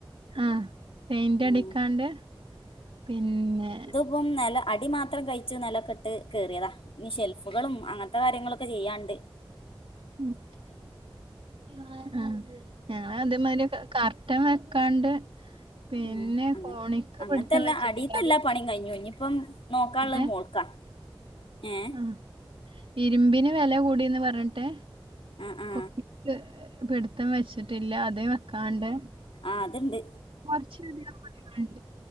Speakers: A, on the right (about 80°); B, on the left (about 85°).
A: ആഹ് പെയിന്റടിക്കാണ്ട്
B: ഉം
A: പിന്നെ
B: പ്പം നില അടി മാത്രം കയ്ച്ച് നെലൊക്കട്ട് കേറിയതാ ഞ്ഞി ഷെൽഫുകളും അങ്ങനത്തെ കാര്യങ്ങളൊ ക്കെ ചെയ്യാനുണ്ട്
A: ഉം ആഹ് ഞങ്ങളതേമാരിയൊക്കെ കർട്ടൻ വെക്കാണ്ട് പിന്നെ
B: ഉം അങ്ങ
A: കോണിക്ക്
B: അങ്ങനത്തെ
A: പിടിത്തം
B: എല്ലാ
A: വെച്ചിട്ടില്ല.
B: അടിയത്തെ എല്ലാ പണിയും കഴിഞ്ഞു ഇനിയിപ്പം നോക്കാനുള്ളത്
A: <unintelligible>
B: മോൾക്കാ ഏ.
A: ആ ഇരുമ്പിന് വെലകൂടീന്ന് പറഞ്ഞിട്ട്
B: ആ ആ
A: <inaudible> പിടിത്തം വെച്ചിട്ടില്ല അതേ വെക്കാണ്ട്.
B: ആഹ് അത്ണ്ട്
A: <unintelligible>